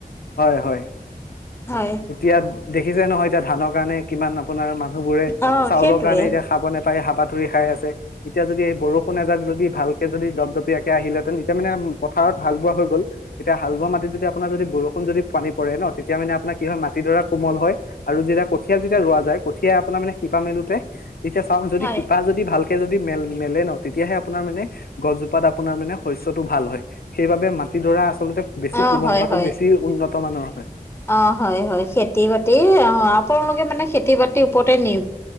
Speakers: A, on the left; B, on the left.
A: হয়, হয়।
B: হয়
A: এতিয়া দেখিছে নহয় এতিয়া ধানৰ কাৰণে কিমান আপোনাৰ মানুহ বোৰে
B: অ
A: চাউলৰ
B: সেইটোৱে
A: কাৰণে এতিয়া খাব ন পাই হাবা ধুৰি খাই আছে এতিয়া যদি এই বৰষুন এজাক যদি ভালকে যদি দপদপি আাকে আহিলেহেতেন এতিয়া মানে পথাৰত হাল বোৱা হৈ গ'ল এতিয়া হাল বোৱা মাটিত যদি আপোনাৰ যদি বৰষুণ যদি পানী পৰে ন তেতিয়া মানে আপোনাক কি হয় মাটিডৰা কোমল হয় আৰু যেতিয়া কঠীয়া যেতিয়া ৰোৱা যায় কঠিয়াই আপোনাৰ মানে শিপা মেলোতে তেতিয়া চাওক যদি
B: হয়
A: শিপা যদি ভাল যদি মেল মেলে ন তেতিয়াহে আপোনাৰ মানে গছজোপাত আপোনাৰ মানে শস্যটো ভাল হয় সেইবাবে মাটিডৰা আছে আচলতে বেছি
B: অ
A: কোমল
B: হয়
A: হোৱাাতটো
B: হয়
A: বেছি উন্নত বৰ্তমানৰ হয়
B: অ হয় হয় খেতি বাতি অ আপোনোলোকে মানে খেতি বাতিৰ ওপৰতে নিয়